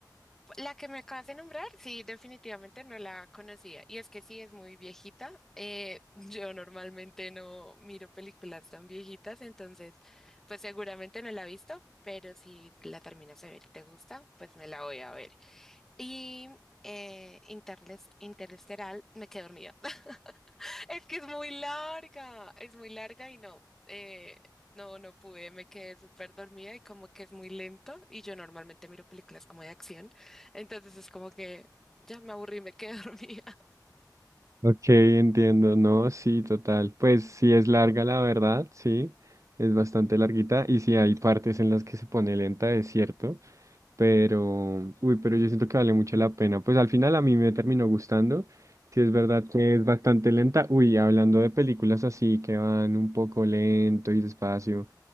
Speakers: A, in the centre; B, on the right.
A: la que me acabas de nombrar, sí, definitivamente no la conocía. Y es que sí, es muy viejita. Eh, <laughs> yo normalmente no miro películas tan viejitas, entonces, pues seguramente no la he visto, pero si la terminas de ver y te gusta, pues me la voy a ver. Y eh, Interles- Interesteral, me quedé dormida. <laughs> Es que es muy larga, es muy larga y no, eh, no, no pude, me quedé súper dormida y como que es muy lento y yo normalmente miro películas como de acción, entonces es como que ya me aburrí, me quedé <laughs> dormida.
B: Ok, entiendo, no, sí, total. Pues sí es larga, la verdad, sí, es bastante larguita y sí hay partes en las que se pone lenta, es cierto, pero, uy, pero yo siento que vale mucho la pena. Pues al final a mí me terminó gustando, sí es verdad que es bastante lenta. Uy, hablando de películas así que van un poco lento y despacio,